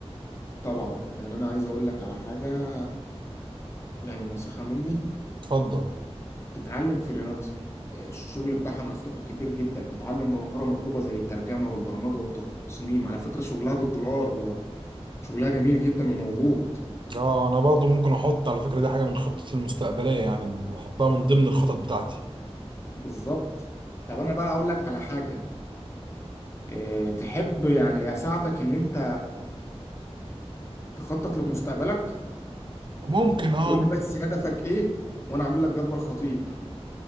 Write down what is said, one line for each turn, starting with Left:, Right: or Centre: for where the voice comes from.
Left: طبعا يعني انا عايز اقول لك على حاجة يعني نصيحة مني
Right: اتفضل
Left: اتعلم فريلانسر الشغل بتاعها مفتوح كتير جدا اتعلم مهارة مطلوبة زي الترجمة والبرمجة والتصميم على فكرة شغلها بالدولار و- وشغلها جميل جدا وموجود
Right: اه انا برضو ممكن احط على فكرة دي حاجة من خطتي المستقبلية يعني بحطها من ضمن الخطط بتاعتي
Left: بالظبط طب انا بقى اقول لك على حاجة اه تحب يعني اساعدك ان انت تخطط لمستقبلك
Right: ممكن اه
Left: تقول لي بس هدفك ايه وانا اعمل لك جدول خطير